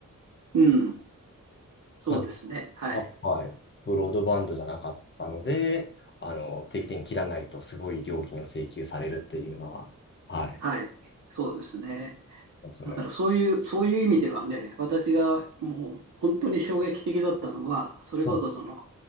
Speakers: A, on the right (about 65°); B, on the left (about 35°).
A: うん。そうですね。
B: まあね、
A: はい。
B: あはい。ブロードバンドじゃなかったので、あの、定期的に切らないとすごい料金を請求されるっていうのは、はい。
A: はい。そうですね。
B: そうですよね。
A: だからそういう、そういう意味ではね、私がもう本当に衝撃的だったのは、それこそその、
B: も